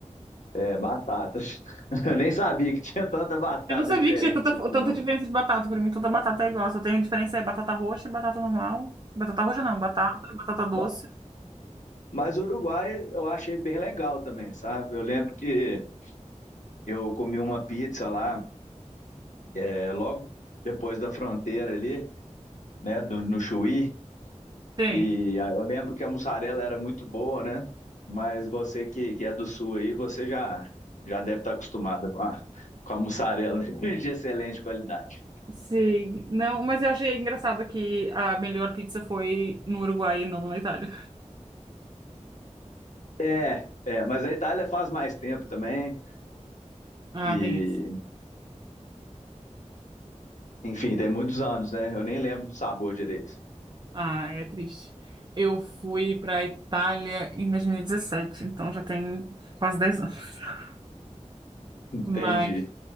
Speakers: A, on the left (about 85°); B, on the right (about 35°).
A: É, batatas. <laughs> Eu nem sabia que tinha tanta batata
B: Eu não sabia
A: diferente
B: que tinha tanta,
A: assim
B: tanta
A: não
B: diferença de batata. Pra mim, toda batata é igual. Só tem diferença é batata roxa e batata normal. Batata roxa não, batata, batata doce.
A: Ma- Mas o Uruguai eu achei bem legal também, sabe? Eu lembro que eu comi uma pizza lá, é, logo depois da fronteira ali, né, do- no Chuí,
B: Tem.
A: e a- eu lembro que a mussarela era muito boa, né? Mas você que, que é do sul aí, você já, já deve estar acostumada com a, com a mussarela <laughs> de excelente qualidade.
B: Sim. Não, mas eu achei engraçado que a melhor pizza foi no Uruguai e não na Itália.
A: É, é, mas a Itália faz mais tempo também,
B: Ah,
A: e
B: tem isso.
A: enfim, tem muitos anos, né? Eu nem lembro do sabor direito.
B: Ah, é triste. Eu fui pra Itália em 2017, então já tem quase 10 anos. <laughs>
A: <laughs> Entendi.
B: Mas